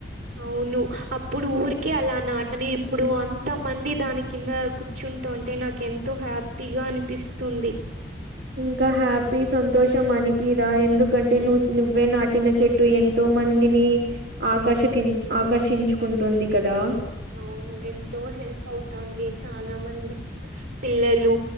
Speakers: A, on the right (about 85°); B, on the right (about 65°).
A: అవును అప్పుడు ఊరికే అలా నాటని ఇప్పుడు అంత మంది దాని కింద చుంటూ ఉంటే నాకు ఎంతో హ్యాపీగా అనిపిస్తుంది
B: ఇంకా హ్యాపీ సంతోషం అనిపీద ఎందుకంటే నువ్వు నువ్వే నాటిన చెట్ అటు ఎంతో మందిని ఆకర్ష కిన్ ఆకర్షించుకుంటుంది కదా
A: అవును ఎంతో హెల్ప్ అవుతాంది చానా మంది పిల్లలు